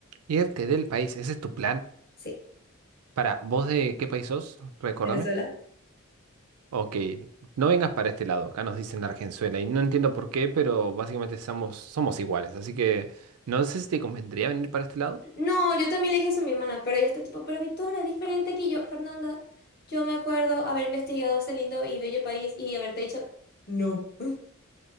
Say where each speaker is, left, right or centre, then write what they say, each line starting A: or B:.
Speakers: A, on the right; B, on the left.
A: Irte del país, ¿ese es tu plan?
B: Sí,
A: Para, ¿vos de qué país sos? Recordame.
B: Venezuela.
A: Ok, no vengas para este lado, acá nos dicen Argenzuela y no entiendo por qué, pero básicamente somos, somos iguales, así que no sé si te convendría venir para este lado.
B: No, yo también le dije eso a mi hermana, pero ella está tipo, pero Victoria, es diferente aquí. Yo, Fernanda, yo me acuerdo haber investigado ese lindo y bello país y haberte dicho, no.